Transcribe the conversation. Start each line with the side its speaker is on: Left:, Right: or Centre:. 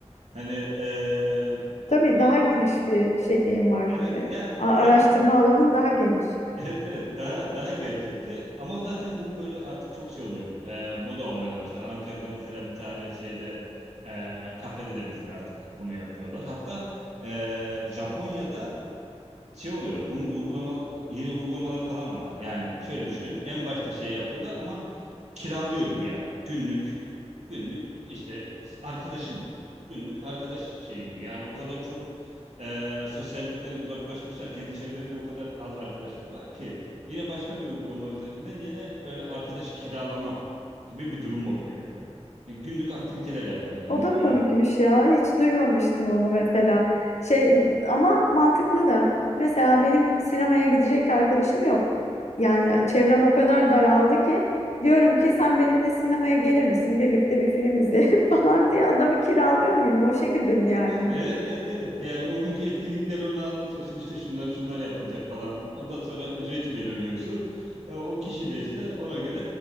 Right: Hani eee,
Left: Tabii
Right: o
Left: daha geniş bir şeyim var.
Right: evet
Left: E,
Right: yani
Left: a- Araştırma
Right: yani
Left: alanın daha geniş.
Right: evet evet daha daha gerçekçi ama zaten bu böyle artık çok şey oluyor. Eee, moda olmaya da başladı. Ankara'da mesela bir tane şeyde eee kafede de mesela artık bunu yapıyorlar. Hatta eee, Japonya'da şey oluyor. Bunun uygulama yine uygulamaları falan var. Yani şöyle düşünelim. En başta şey yapıyorlar ama kiralıyor gibi yani. Günlük günlük işte arkadaşım günlük arkadaş şeyi gibi. Yani o kadar çok e, sosyallikten uzaklaşmışlar. Kendi çevrelerinde o kadar az arkadaşları var ki yine başka bir uygulama üzerinden yine böyle arkadaş kiralama gibi bir durum oluyor yani. Yani Günlük aktiviteler yapıyorlar. Hani
Left: O da
Right: böyle
Left: komikmiş ya. Hiç duymamıştım onu mesela. Şey ama mantıklı da. Mesela benim sinemaya gidecek arkadaşım yok. Yani çevrem o kadar daraldı ki diyorum ki sen benimle sinemaya gelir misin? Birlikte bir film izleyelim <laughs> falan diye adamı kiralıyor muyum? O şekilde mi yani?
Right: Evet evet evet yani o günkü etkinlikleri ona anlatıyorsun İşte şunlar şunlar yapılacak falan ondan sonra ücreti belirliyorsun E, o kişi de işte ona göre